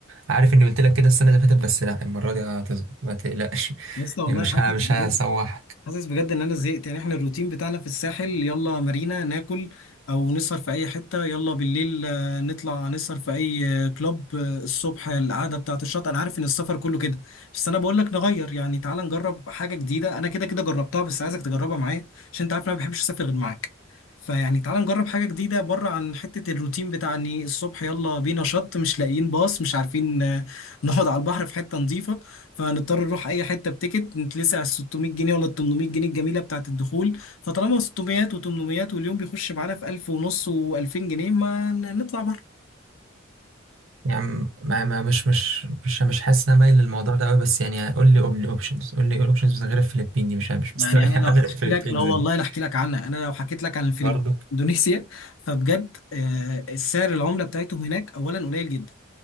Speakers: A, on the right; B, on the left.
A: عارف اني قلت لك كده السنة اللي فاتت بس لا المرة دي هتظبط ما تقلقش
B: لسه
A: <laughs>
B: والله
A: يعني مش
B: حاسس
A: ها مش
B: بجد
A: هسوحك
B: حاسس بجد ان انا زهقت يعني احنا الروتين بتاعنا في الساحل يلا مارينا ناكل او نسهر في اي حته يلا بالليل آه، نطلع نسهر في اي آه، كلوب آه، الصبح القعده بتاعه الشط انا عارف ان السفر كله كده بس انا بقول لك نغير يعني تعال نجرب حاجه جديده انا كده كده جربتها بس عايزك تجربها معايا عشان انت عارف إن انا ما بحبش اسافر غير معاك فيعني تعال نجرب حاجه جديده بره عن حته الروتين بتاع اني الصبح يلا بينا شط مش لاقيين باص مش عارفين آه، نقعد على البحر في حته نظيفه فهنضطر نروح اي حته بتيكت نتلسع على ال 600 جنيه ولا ال 800 جنيه الجميله بتاعه الدخول فطالما 600 و800 واليوم بيخش معانا في 1000 ونص و2000 جنيه ما ن- نطلع بره
A: يعني ما ما مش مش مش مش حاسس ان انا مايل للموضوع ده قوي بس يعني قول لي قول لي اوبشنز قول لي ايه الاوبشنز غير الفلبين دي مش مش مستريح
B: يعني انا لو احكي
A: على الفلبينز
B: لك لا والله
A: <laughs> دي
B: لا احكي لك عنها انا لو حكيت لك عن الفلبين
A: برضه
B: اندونيسيا فبجد آه، السعر العمله بتاعتهم هناك اولا قليل جدا